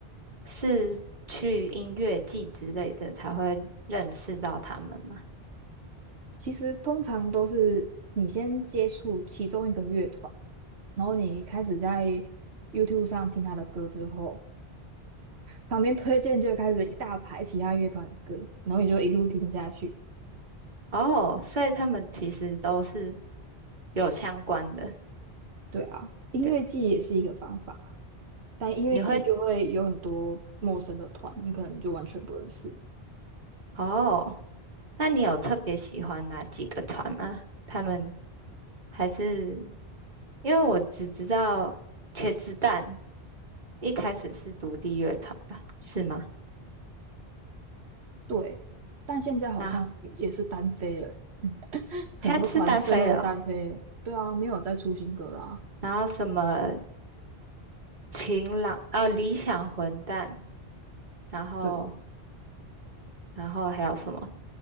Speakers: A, on the right; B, on the right.
A: 是去音乐季之类的才会认识到他们嘛。
B: 其实通常都是你先接触其中一个乐团，然后你开始在 YouTube 上听他的歌之后，旁边推荐就开始一大排其他乐团的歌，然后你就一路听下去。
A: 哦，所以他们其实都是有相关的。
B: 对啊，音乐季也是一个方法。
A: 对啊，
B: 但音乐季就会有很多陌生的团，
A: 你会嗯
B: 你可能就完全不认识。
A: 哦，那你有特别喜欢哪几个团吗？他们还是因为我只知道茄子蛋一开始是独立乐团吧，是吗？
B: 对，但现在好像也是单飞了，
A: 那
B: 很多团最后都单飞了。
A: 现在是单飞了哦
B: 对啊，没有再出新歌啦。
A: 然后什么晴朗啊、理想混蛋，然后
B: 对，
A: 然后还有什么